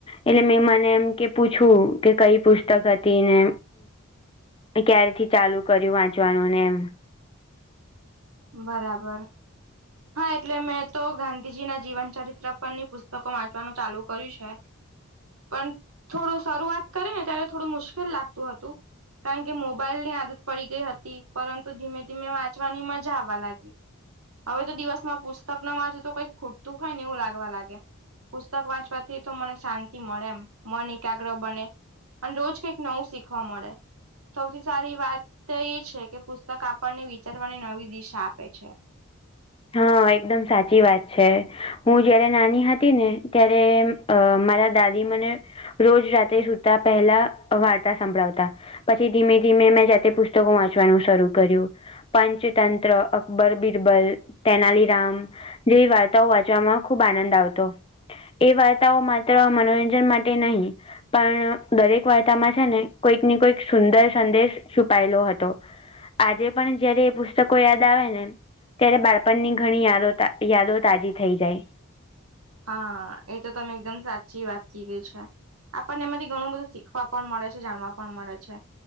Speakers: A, on the left; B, on the right.
A: એટલે મેં મને એમ કે પૂછવું કે, કઈ પુસ્તક હતી ને. ક્યારેથી ચાલુ કર્યું, વાંચવાનું ને એમ.
B: બરાબર. હા, એટલે મેં તો ગાંધીજી ના જીવન ચરિત્ર પર ની પુસ્તકો વાંચવાનું ચાલુ કર્યું છે. પણ થોડું શરૂઆત કરી ને, ત્યારે થોડું મુશ્કેલ લાગતું હતું. કારણ કે મોબાઈલ ની આદત પડી ગઈ હતી, પરંતુ ધીમે-ધીમે વાંચવાની મજા આવવા લાગી. હવે તો દિવસ માં પુસ્તક ન વાંચતું તો કઈક ખૂટતું હોય ને, એવું લાગવા લાગે. પુસ્તક વાંચવાથી તો મને શાંતિ મળે એમ, મન એકાગ્ર બને. અને રોજ કઈક નવું શીખવા મળે. સૌથી સારી વાત એ છે કે, પુસ્તક આપણને વિચારવાની નવી દિશા આપે છે.
A: હા, એકદમ સાચી વાત છે, હું જયારે નાની હતી ને ત્યારે. અ મારા દાદી, મને રોજ રાત્રે સુતા પહેલા વાર્તા સંભળાવતા. પછી ધીમે-ધીમે મેં જાતે પુસ્તકો વાંચવાનું શરૂ કર્યું. પંચતંત્ર, અકબર, બિરબલ. તેનાલી રામ જેવી વાર્તાઓ વાંચવામાં ખૂબ આનંદ આવતો. એ વાર્તાઓ માત્ર મનોરંજન માટે નહીં. પણ દરેક વાર્તામાં છે ને, કોઈક ને, કોઈક સુંદર સંદેશ છુપાયેલો હતો. આજે પણ જયારે એ પુસ્તકો યાદ આવે ને, ત્યારે બાળ. આપની ઘણી યાદ યાદો તાજી થઈ જાય.
B: હા, એ તો તમે એકદમ સાચી વાત કીધી છે. આપણને એમાંથી ઘણું બધું શીખવા પણ મળે છે, જાણવા પણ મળે છે,